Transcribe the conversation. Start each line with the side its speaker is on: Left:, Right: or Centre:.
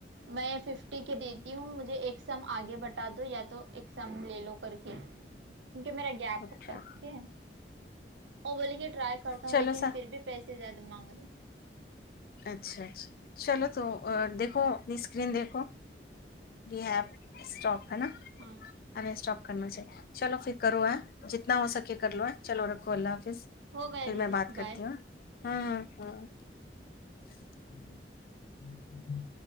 Right: میں ففٹی کے دیتی ہوں مجھے ایکسام آگے بٹا دو یا تو ایکسام لے لو کر کے کیونکہ میرا گیپ
Left: اچھا
Right: ہو ہے وہ بوللی کے ٹرائی کرتا ہوں
Left: چلو
Right: لیکن
Left: سر
Right: کیسے زیادہ مانگ رہے ہیں
Left: اچھا اچھا چلو تو دیکھو اپنی اسکرین دیکھو یہ ایپ اسٹپ ہے نا
Right: ہاں
Left: ہمیں اسٹاپ کرنا سےاہ چلو پھر کرو ہے جتنا ہو سکے کر لو ہے چلو رکھو اللہ حافظ
Right: ہو گیا
Left: پھر
Right: دیدی
Left: میں بات
Right: بائے
Left: کرتی ہوں ہاں ہاں ہاں <inaudible>